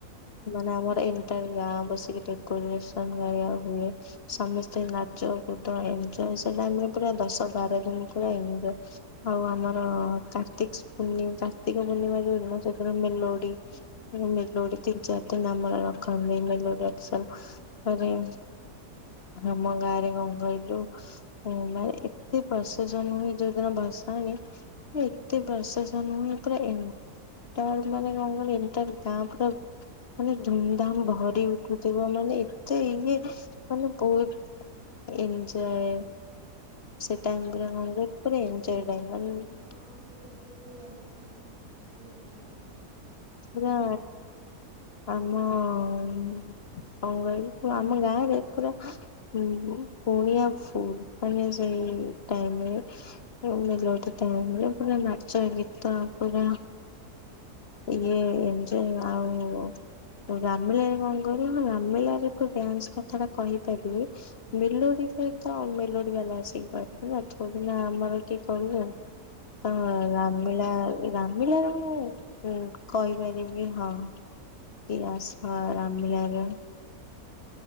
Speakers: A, on the left; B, on the right.
A: ମାନେ ଆମର ଏଣ୍ଟାର୍ ଗାଁ ବସିକି ଡେକୋରେସନ କରା ହୁଏ। ସମସ୍ତେ ନାଚ, କୁଦ, ଏନ୍ଜଏ ସେ ଟାଇମ୍ ରେ ପୁରା ଦଶ ବାର ଦିନ ପୁରା ଏନ୍ଜଏ। ଆଉ, ଆମର କାର୍ତ୍ତିକସ୍ ପୂର୍ଣ୍ଣି, କାର୍ତ୍ତିକପୂର୍ଣ୍ଣିମା ଯୋଉ ଦିନ, ସେଦିନ ମେଲୋଡି ମେଲୋଡି ତିନ ଚାର ଦିନ ଆମର ରଖନ୍ତି। ମେଲୋଡି ରଖିସାଇଲା ପରେ। ଆମ ଗାଁରେ କଣ କହିଲୁ? ଓ ମାନେ, ଏତେ ପ୍ରସେସନ୍ ହୁଏ, ଯୋଉଦିନ ଭସାଣି ଏତେ ପ୍ରସେସନ୍ ପୁରା ଏନ୍ ତାର ମାନେ କଣ କହିଲ? ଏଣ୍ଟାର ଗାଁ ପୁରା ମାନେ ଧୁମ୍ ଧାମ୍ ଭରି ଉଠୁଥିବ। ମାନେ ଏତେ ଇଏ
B: ହୁଁ
A: ମାନେ ବହୁତ ଏନ୍ଜଏ! ସେ ଟାଇମ୍ର, କଣ କହିଲ? ପୁରା ଏନ୍ଜଏ ଟାଇମ୍ ମାନେ
B: ହଁ ସେ ଟାଇମ୍ରେ ପୁଣି <inaudible> ଏଞ୍ଜୟ। ଭଲ ମଜା
A: ସେଇଆ
B: ଲାଗୁଥିବ।
A: ଆମ-ଅ-ଅଁ କଣ କହିଲୁ, ଆମ ଗାଁରେ ପୁରା ହୁଁ, କୁଣିଆ ଫୁଲ ମାନେ ସେଇ ଟାଇମ୍ ରେ। <unintelligible> ଲୋଟ୍ ଟାଇମ୍ ରେ ପୁରା ନାଚ, ଗୀତ ପୁରା ଇଏ ଏନ୍ଜଏ ଆଉ ରାମଲୀଳା ରେ କଣ କହିଲ, ହଁ ରାମନୀଳାରେ ଏକ ଡ୍ୟାନ୍ସ କଥା ଟା କହିପାରିବେ? ମେଲୋଡି ସହିତ ମେଲୋଡି ବାଲା ଆସିକି ପାରିବେ। ଥୋଡ଼ି ନା ଆମର କିଏ, କହିବ?
B: ହୁଁ
A: ତ ରାମନୀଳା ରାମଲୀଳା ରେ ମୁଁ ହୁଁ, କହିପାରିବି ହଁ, କି ଆସ ରାମଲୀଳାର